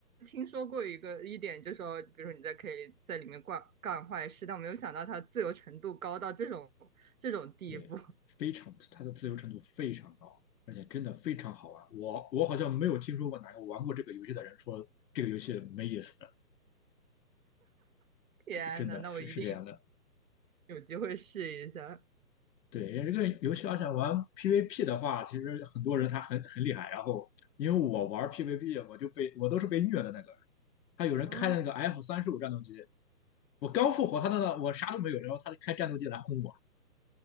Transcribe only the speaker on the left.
对，
非常，它的自由程度非常高，而且真的非常好玩。我我好像没有听说过哪个玩过这个游戏的人说这个游戏没意思的，
真的是是这样的。
对，因为这个游戏，而且玩 PVP 的话，其实很多人他很很厉害。然后因为我玩 PVP，我就被我都是被虐的那个。他有人开那个
F 三十五战斗机，我刚复活，他那我啥都没有，然后他就开战斗机来轰我。